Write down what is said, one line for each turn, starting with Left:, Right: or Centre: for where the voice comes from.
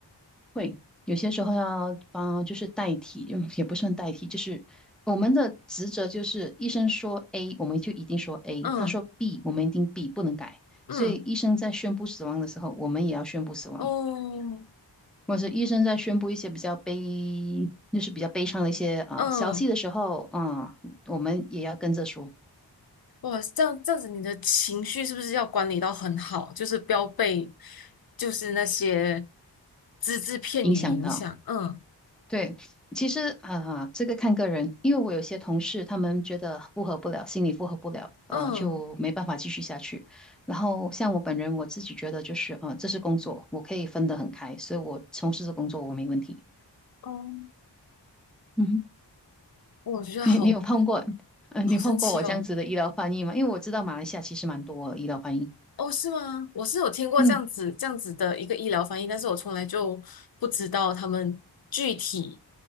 Centre: 会有些时候要帮，就是代替，<laughs> 嗯也不算代替，就是我们的职责就是医生说 A，我们就一定说 A；
Left: 嗯
Centre: 他说 B，我们一定 B，不能改。
Left: 嗯
Centre: 所以医生在宣布死亡的时候，我们也要宣布死亡。
Left: 哦
Centre: 或者是医生在宣布一些比较悲，就是比较悲伤的一些啊、
Left: 嗯，
Centre: 消息的时候，啊、我们也要跟着说，
Left: 哇，这样这样子，你的情绪是不是要管理到很好？就是不要被就是那些只字片语影响。
Centre: 影响到。
Left: 嗯
Centre: 对，其实啊、这个看个人，因为我有些同事他们觉得负荷不了，心理负荷不了，呃，
Left: 嗯。
Centre: 就没办法继续下去。然后像我本人，我自己觉得就是，呃，这是工作，我可以分得很开，所以我从事这工作我没问题。
Left: 哦
Centre: 嗯哼，
Left: 哦我觉得好
Centre: 你你有碰过，呃，你碰过我这样子的医疗翻译吗？
Left: 好神奇哦！
Centre: 因为我知道马来西亚其实蛮多医疗翻译。
Left: 哦，是吗？我是有听过这样子这样子的一个医疗翻译，
Centre: 嗯
Left: 但是我从来就不知道他们具体